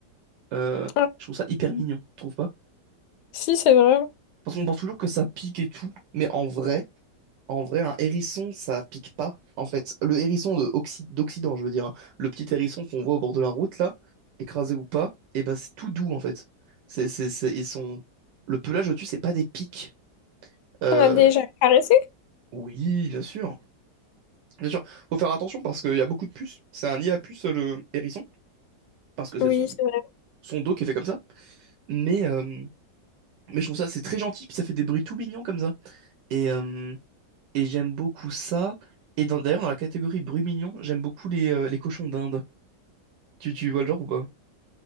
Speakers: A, on the right; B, on the left.
A: Euh,
B: Ah,
A: je trouve ça hyper mignon, tu trouves pas?
B: si, c'est vrai.
A: Parce qu'on pense toujours que ça pique et tout, mais en vrai. En vrai, un hérisson, ça pique pas. En fait, le hérisson de Occi- d'Occident, je veux dire, hein. le petit hérisson qu'on voit au bord de la route, là, écrasé ou pas, et ben c'est tout doux, en fait. C'est, c'est, c'est- ils sont... Le pelage au-dessus, c'est pas des pics. Euh,
B: On a déjà caressé?
A: Oui, bien sûr. Bien sûr, faut faire attention parce qu'il y a beaucoup de puces. C'est un nid à puces, le hérisson, parce que c'est
B: Oui,
A: son...
B: c'est vrai.
A: son dos qui est fait comme ça. Mais, euh, Mais je trouve ça, c'est très gentil, puis ça fait des bruits tout mignons comme ça. Et, euh, et j'aime beaucoup ça. Et dans- d'ailleurs, dans la catégorie bruit mignon, j'aime beaucoup les, euh, les cochons d'Inde. Tu, tu vois le genre ou pas?